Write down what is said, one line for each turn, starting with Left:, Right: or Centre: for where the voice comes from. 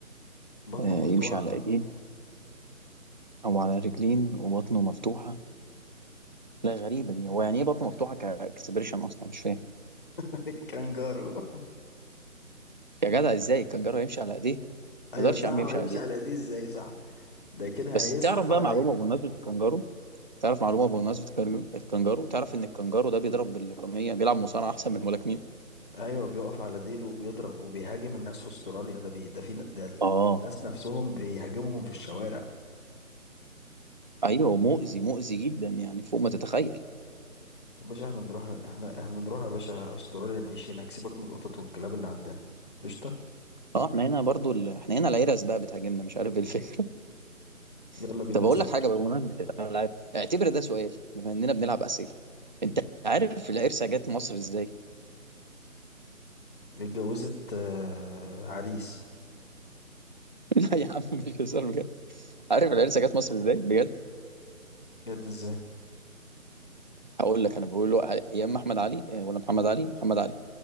Left: بطنه
Right: آه
Left: مفتوحة
Right: يمشي على ايدين او على رجلين وبطنه مفتوحة لا غريبة دي هو يعني ايه بطنه مفتوحة كاكسبريشن اصلا مش فاهم
Left: <laughs> كانجارو
Right: يا جدع ازاي الكنجارو يمشي على ايديه ما
Left: ايوه
Right: يقدرش
Left: صح
Right: يا عم
Left: هو
Right: يمشي
Left: هيمشي
Right: على ايديه
Left: على ايديه ازاي صح ده كده
Right: بس
Left: هيزحف
Right: تعرف بقى
Left: على
Right: معلومة بمناسبة الكنجارو تعرف معلومة بمناسبة الكنجارو الكنجارو تعرف ان الكنجارو ده بيضرب باللوكمية بيلعب مصارعة احسن من الملاكمين
Left: ايوه بيقف على ديله وبيضرب وبيهاجم الناس في استراليا ده بي... ده في ن- ده ال-
Right: اه
Left: ده الناس نفسهم بيهاجمهم في الشوارع
Right: ايوه مؤذي مؤذي جدا يعني فوق ما تتخيل
Left: يا باشا احنا نروح احنا احنا نروح يا باشا استراليا نعيش هناك سيبك من القطط والكلاب اللي عندنا قشطه
Right: اه احنا هنا برضو ال... احنا هنا العيرة بقى بتهاجمنا مش عارف ايه الفكره
Left: يلا
Right: <laughs>
Left: بينا
Right: طب
Left: نسافر
Right: اقول لك حاجه بقى، بمناسبه الالعاب اعتبر ده سؤال بما اننا بنلعب اسئله انت عارف العرسه جت مصر ازاي؟
Left: اتجوزت آه، عريس
Right: <laughs> لا يا عم مش هزار بجد عارف العرسه جت مصر ازاي بجد؟
Left: جد ازاي
Right: هقول لك انا بقول له ايام احمد علي آه، ولا محمد علي؟ محمد علي